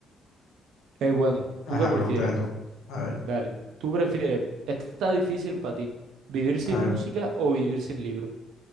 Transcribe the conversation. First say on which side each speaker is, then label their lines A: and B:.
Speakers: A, on the right; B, on the left.
A: Eh, bueno,
B: Ajá,
A: ¿tú qué prefieres?
B: pregúntame tú. A ver,
A: Dale, ¿tú prefieres? Esto está difícil para ti. ¿Vivir sin
B: a ver.
A: música o vivir sin libros?